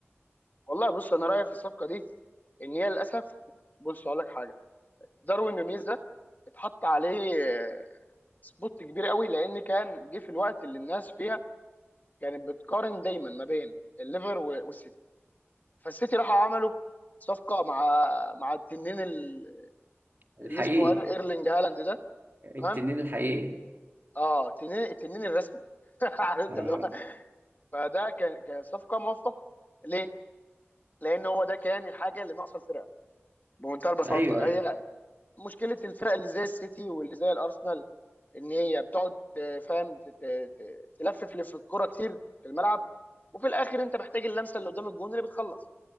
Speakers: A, on the left; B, on the right.
A: والله بص انا رايي في الصفقه دي ان هي للاسف بص اقول لك حاجه داروين نونيز ده اتحط عليه آه، سبوت كبير قوي لان كان جه في الوقت اللي الناس فيها كانت بتقارن دايما ما بين الليفر و- والسيتي فالسيتي راحوا عملوا صفقه مع مع التنين ال-
B: الحقيقي
A: اللي اسمه إير- ايرلينج هالاند ده
B: التنين
A: تمام
B: الحقيقي
A: اه التنين التنين الرسمي <laughs> عارف انت
B: آه.
A: اللي هو فده كان كان صفقه موفقه ليه؟ لان هو ده كان الحاجه اللي ناقصه الفرقه بمنتهى البساطه
B: ايوه ايوه
A: هي مشكله الفرق اللي زي السيتي واللي زي الارسنال ان هي بتقعد آه، فاهم ت- ت- ت- تلفف لف الكوره كتير في الملعب وفي الاخر انت محتاج اللمسه اللي قدام الجون اللي بتخلص